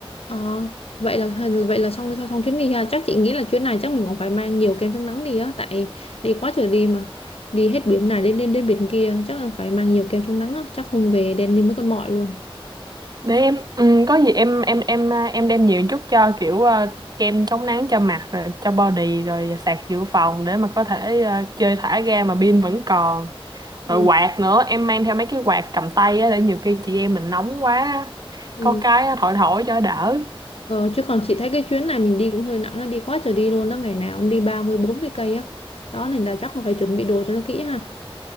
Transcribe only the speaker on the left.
Ờ, vậy là vậy là xong xong, xong chuyến đi ha. Chắc chị nghĩ là chuyến này chắc mình cũng phải mang nhiều kem chống nắng đi á tại đi quá trời đi mà. Đi hết biển này đến đến đến biển kia chắc là phải mang nhiều kem chống nắng á, chắc không về đen như mấy con mọi luôn.
Ừ.
Ừ.
Ờ, chứ còn chị thấy cái chuyến này mình đi cũng hơi nặng á, đi quá trời đi luôn đó, ngày nào cũng đi ba mươi bốn mươi cây á. Đó nên là chắc là phải chuẩn bị đồ cho nó kỹ ha.